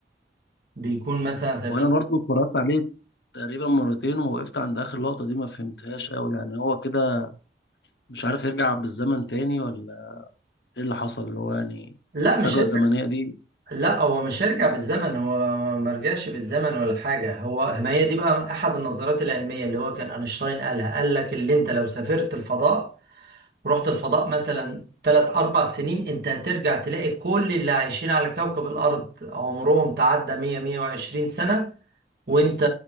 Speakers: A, on the right; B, on the left.
A: بيكون مثلا على سبيل
B: وانا برضو اتفرجت عليه تقريبا مرتين ووقفت عند اخر لقطة دي ما فهمتهاش قوي يعني هو كده مش عارف يرجع بالزمن تاني ولا ايه اللي حصل اللي هو يعني
A: لا مش
B: الفجوة الزمنية دي
A: لا هو مش هيرجع بالزمن هو ما رجعش بالزمن ولا حاجة هو ما هي دي بقى أحد النظريات العلمية اللي هو كان أينشتاين قالها قال لك اللي أنت لو سافرت الفضاء ورحت الفضاء مثلا تلات أربع سنين أنت هترجع تلاقي كل اللي عايشين على كوكب الأرض عمرهم تعدى 100 120 سنة وانت